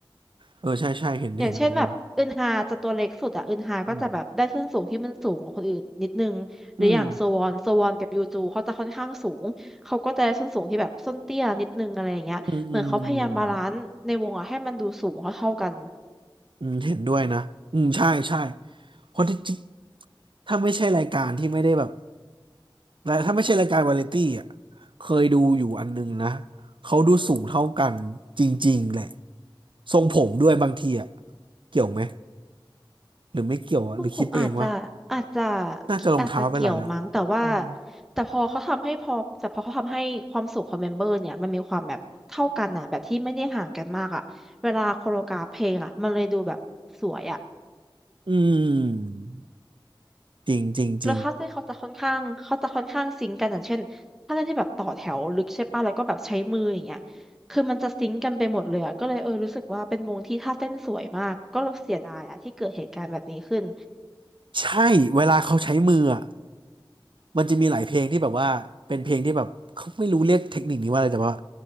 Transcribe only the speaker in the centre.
อย่างเช่นแบบอึนฮาจะตัวเล็กสุดอะอึนฮาก็จะแบบได้ส้นสูงที่มันสูงกว่าคนอื่นนิดนึงหรืออย่างโซวอนโซวอนกับยูจูเขาจะค่อนข้างสูงเขาก็จะได้ส้นสูงที่แบบส้นเตี้ยนิดนึงอะไรอย่างเงี้ยเหมือนเขาพยายามบาลานซ์ในวงอะให้มันดูสูงเท่าๆกัน
ผมผมอาจจะอาจจะ
อาจจะเกี่ยวมั้งแต่ว่า
แต่พอเขาทำให้พอแต่พอเขาทำให้ความสูงของเมมเบอร์เนี่ยมันมีความแบบเท่ากันอะแบบที่ไม่ได้ห่างกันมากอะเวลาโคโรกราฟเพลงอะมันเลยดูแบบสวยอะ
แล้วคลาสเต้นเขาจะค่อนข้างเขาจะค่อนข้างซิงก์กันอย่างเช่นถ้าเต้นที่แบบต่อแถวลึกใช่ป่ะแล้วก็แบบใช้มืออย่างเงี้ยคือมันจะซิงก์กันไปหมดเลยอะก็เลยเออรู้สึกว่าเป็นวงที่ท่าเต้นสวยมากก็เสียดายอะที่เกิดเหตุการณ์แบบนี้ขึ้น